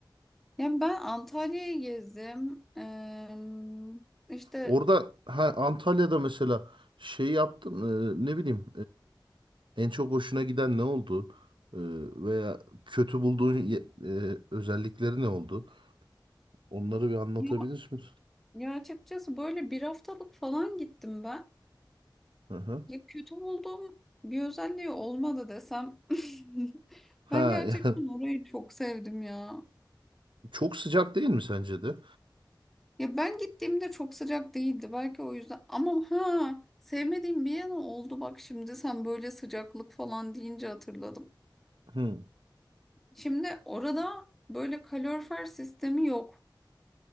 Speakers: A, in the centre; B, on the right.
A: Yani ben Antalya'yı gezdim. Eee, işte
B: Orada ha, Antalya'da mesela şey yaptın e, ne bileyim e, en çok hoşuna giden ne oldu? E, veya kötü bulduğun ye- e, özellikleri ne oldu? Onları bir anlatabilir
A: ya,
B: misin?
A: ya açıkçası böyle bir haftalık falan gittim ben.
B: Hı hı.
A: Ya kötü bulduğum bir özelliği olmadı desem. <laughs>
B: Ha
A: Ben gerçekten
B: <laughs> yani
A: orayı çok sevdim ya.
B: çok sıcak değil mi sence de?
A: Ya ben gittiğimde çok sıcak değildi belki o yüzden ama ha sevmediğim bir yana oldu bak şimdi sen böyle sıcaklık falan deyince hatırladım.
B: Hı.
A: Şimdi orada böyle kalorifer sistemi yok